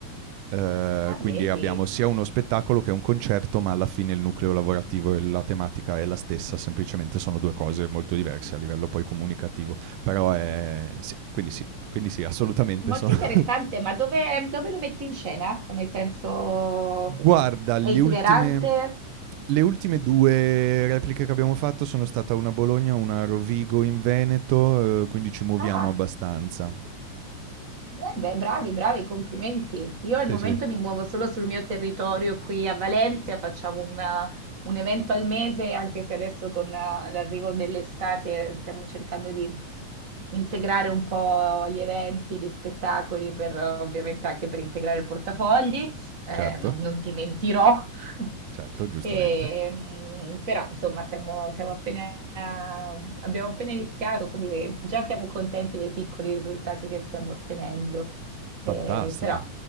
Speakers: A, on the right; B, on the right.
A: Eh,
B: Ah,
A: quindi
B: vedi,
A: abbiamo sia uno spettacolo che un concerto, ma alla fine il nucleo lavorativo e la tematica è la stessa, semplicemente sono due cose molto diverse a livello poi comunicativo. Però è sì, quindi sì, quindi sì, assolutamente
B: molto
A: sono.
B: interessante,
A: <laughs>
B: ma dove, dove lo metti in scena? Nel senso,
A: Guarda, le
B: è itinerante?
A: ultime le ultime due repliche che abbiamo fatto sono stata una a Bologna, una a Rovigo in Veneto, eh, quindi ci muoviamo
B: Ah.
A: abbastanza.
B: Beh, beh, bravi, bravi, complimenti. Io al
A: Sì,
B: momento
A: sì,
B: mi muovo solo sul mio territorio qui a Valencia, facciamo una- un evento al mese, anche se adesso con eh, l'arrivo dell'estate stiamo cercando di integrare un po' gli eventi, gli spettacoli, per, eh, ovviamente anche per integrare il portafogli eh,
A: certo,
B: non, non ti mentirò, <laughs>
A: certo, giustamente.
B: E, mm, però insomma siamo, siamo appena, abbiamo appena iniziato, quindi eh, già siamo contenti dei piccoli risultati che stiamo ottenendo, Eh,
A: Fantastico.
B: però